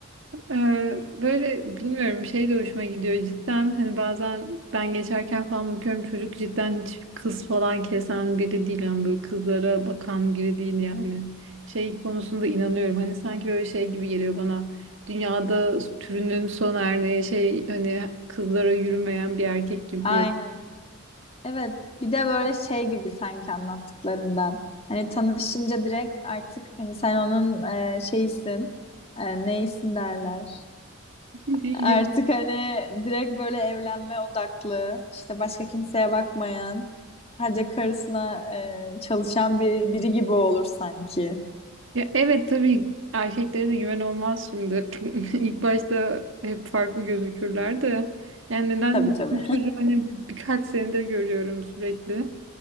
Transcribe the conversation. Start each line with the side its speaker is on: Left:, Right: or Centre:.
Right: Ee, böyle bilmiyorum şey de hoşuma gidiyor cidden hani bazen ben geçerken falan bakıyorum çocuk cidden hiç kız falan kesen biri değil yani böyle kızlara bakan biri değil yani şey konusunda inanıyorum hani sanki böyle şey gibi geliyor bana dünyada türünün son örneği şey hani kızlara yürümeyen bir erkek gibi
Left: Aynen. Evet bir de böyle şey gibi sanki anlattıklarından. Hani tanışınca direkt artık hani sen onun e, şeysin. E, neysin derler.
Right: geliyor
Left: Artık
Right: <laughs>
Left: hani direkt böyle evlenme odaklı, işte başka kimseye bakmayan, sadece karısına e, çalışan bir biri gibi olur sanki.
Right: Ya evet tabii erkeklere de güven olmaz şimdi. <laughs> İlk başta hep farklı gözükürler de. Yani neden
Left: Tabii tabii.
Right: ben bu çocuğu hani birkaç senedir görüyorum sürekli.